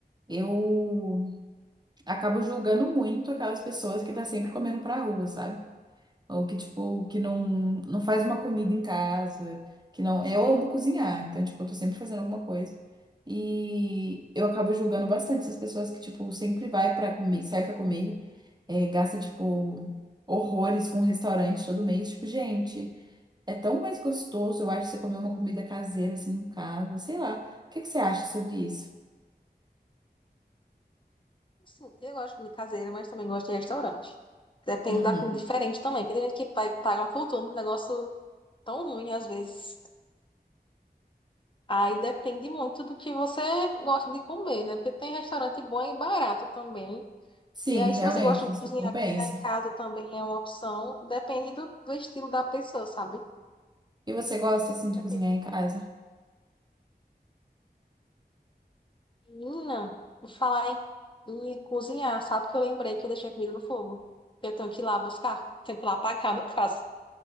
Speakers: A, on the right; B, on the left.
A: Eu acabo julgando muito aquelas pessoas que tá sempre comendo pra rua, sabe? Ou que, tipo, que não, não faz uma comida em casa, que não... Eu amo cozinhar, então, tipo, eu tô sempre fazendo alguma coisa. E eu acabo julgando bastante essas pessoas que, tipo, sempre vai pra comer, sai pra comer, é, gasta, tipo, horrores com restaurante todo mês. Tipo, gente, é tão mais gostoso, eu acho, você comer uma comida caseira, assim, em casa, sei lá. O que que você acha sobre isso?
B: Sim, eu gosto de comida caseira, mas também gosto de restaurante. Depende
A: Uhum.
B: da comida diferente também, porque tem gente que pa- paga uma fortuna com um negócio tão ruim às vezes. Aí depende muito do que você gosta de comer, né? Porque tem restaurante bom e barato também.
A: Sim,
B: E aí,
A: realmente,
B: se você gosta de
A: isso
B: cozinhar,
A: compensa.
B: cozinhar em casa também é uma opção. Depende do, do estilo da pessoa, sabe?
A: E você gosta assim de
B: Depende
A: cozinhar em casa?
B: muito. Menina, vou falar em, em cozinhar. Sabe que eu lembrei que eu deixei a comida no fogo? Eu tenho que ir lá buscar. Tenho que ir lá apagar, no caso.